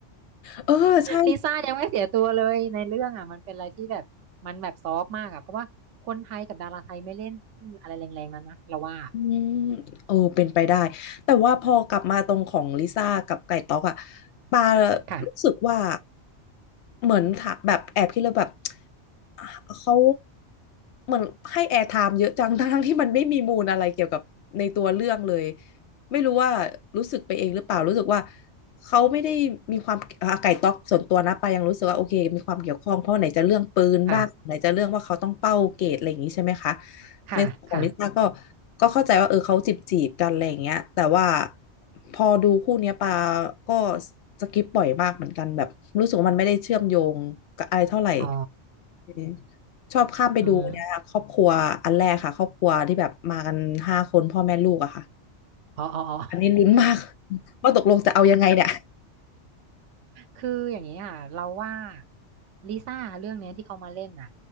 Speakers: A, on the left; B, on the right.
A: เออใช่
B: ลิซ่ายังไม่เสียตัวเลยในเรื่องอะมันเป็นอะไรที่แบบมันแบบซอฟต์มากอะเพราะว่าคนไทยกับดาราไทยไม่เล่นอะไรแรงๆนั้นนะเราว่า
A: อืมเออเป็นไปได้ แต่ว่าพอกลับมาตรงของลิซ่ากับไก่ต๊อกอะปา
B: ค่ะ
A: รู้สึกว่าเหมือนถ้าแบบแอบคิดเลยแบบอ่ะเขาเหมือนให้แอร์ไทม์เยอะจัง <laughs> ทั้งๆที่มันไม่มีมูลอะไรเกี่ยวกับในตัวเรื่องเลย ไม่รู้ว่ารู้สึกไปเองหรือเปล่ารู้สึกว่าเขาไม่ได้มีความอ่าไก่ต๊อกส่วนตัวนะปายังรู้สึกว่าโอเคมีความเกี่ยวข้องเพราะไหนจะเรื่องปืนบ้างไหนจะเรื่องว่าเขาต้องเป้าเกรดอะไรอย่างนี้ใช่ไหมคะ
B: ค่ะค่ะค่ะ
A: ในส่วนของลิซ่าก็ก็เข้าใจว่าเออเขาจีบจีบกันอะไรอย่างเงี้ยแต่ว่าพอดูคู่เนี้ยปาก็สกิปบ่อยมากเหมือนกันแบบรู้สึกว่ามันไม่ได้เชื่อมโยงกับอะไรเท่าไหร่
B: อ๋อ
A: เออชอบข้ามไปดูเนี่ยครอบครัวอันแรกค่ะครอบครัวที่แบบมากันห้าคนพ่อแม่ลูกอะค่ะ
B: อืมอ๋ออ๋ออ๋อ
A: อันนี้ลุ้นมาก <laughs> ว่าตกลงจะเอายังไงเนี่ย
B: คืออย่างนี้ค่ะเราว่าลิซ่าเรื่องเนี้ยที่เขามาเล่นน่ะ